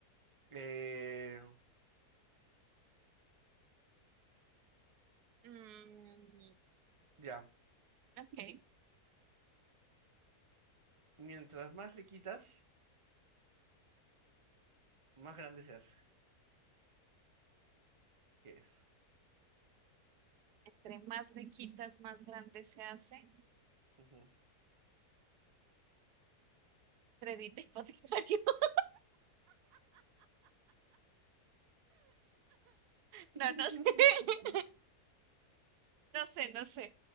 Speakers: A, on the right; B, on the right.
A: eh,
B: Mm,
A: ya.
B: ok.
A: Mientras más le quitas, más grande se hace. ¿Qué es?
B: Entre más le quitas, más grande se hace.
A: Ujú.
B: Crédito hipotecario. <laughs> No,
A: <laughs>
B: no sé. <laughs> No sé, no sé.